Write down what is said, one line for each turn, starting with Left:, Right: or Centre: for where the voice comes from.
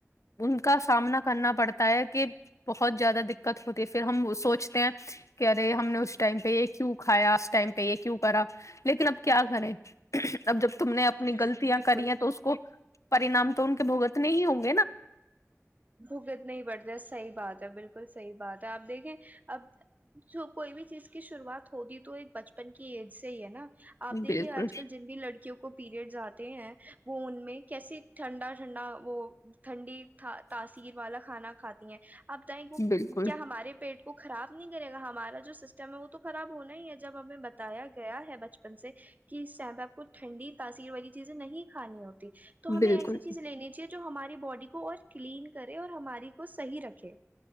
Left: ان کا سامنا کرنا پڑتا ہے کہ بہت زیادہ دقت ہوتی ہے پھر ہم سوچتے ہیں کہ ارے ہم نے اس ٹائم پہ یہ کیوں کھایا اس ٹائم پہ یہ کیوں کرا لیکن اب کیا کریں اب جب تم نے اپنی
Right: جی
Left: غلطیاں
Right: بالکل
Left: کری ہیں تو اس کو پری نام تو ان کے بھگت نہیں ہی ہوگے
Right: بوگت نہیں بڑتا صحیح بات ہے بہ بالکل صحیح بات ہے آپ دیکھے اب جو کوئی بھی چیز کی شروعات ہوتی تو ایک بچپن کی ایج سے ہی ہے نا آپ دیکھیے
Left: بالکل
Right: آج کل جن بھی لڑکی کو پیریڈس آتے ہیں وہ ان میں کیسے ٹھنڈا ٹھنڈا وہ ٹھنڈی تاثیر والا کھانا کھاتی ہیں آپ بتائیں گے
Left: بالکل
Right: کیا ہمارے پیٹ وہ خراب نہیں کرے گ ہمارا جو سسٹم ہے وہ تو خراب ہونا ہی ہے جب ہمیں بتایا گیا ہے بچپن سے کہ اس ٹائم پہ آپ کو ٹھنی تاثیر والی چیزیں نہیں کھانی ہوتی تو ہمیں
Left: بالکل
Right: ایسی چیز لینی چاہے جو ہماری باڈی کو اور کلین کرے اور ہماری کو صحیح رکھے